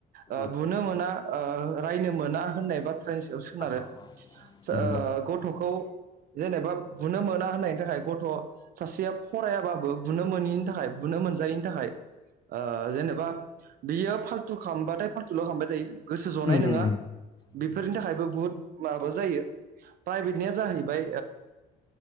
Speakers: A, on the left (about 25°); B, on the right (about 60°).
A: अ
B: ओ बुनो मोना ओ रायनो मोना होननाय बाथ्रा नि सायाव सोनारो
A: अ
B: ओ
A: नंगौ
B: गथखौ जेनेबा बुनो मोना होननायनि थाखाय गथ सासेया फरायाबाबो बुनो मोनिनि थाखाय बुनो मोनजायैनि थाखाय ओ जेनेबा बियो फाल्थु खबाथाय फाल्थुल खालामबाय थायो गोसो जनाय
A: उम
B: नंङा
A: नंगौ
B: बेफोरनि थाखायबो बुहुद माबा जायो प्राइभेटनिया जाहैबाय